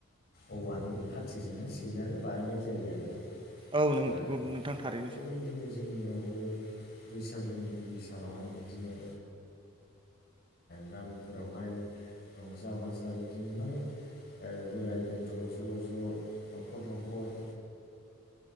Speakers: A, on the left (about 50°); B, on the right (about 25°).
A: औवानि खाथिजोंनो सैनानै बानायनाय जायो आरो ना
B: औ नंगौ नोंथां थारैनो
A: जों दि जोंनियावबो बैसागुनि गिबि सानावहाय बिदिनो गामिफोरावहाय रंजा बाजा बिदिनो माने बोराय बेन्थ' ज' ज' न'खर न'खर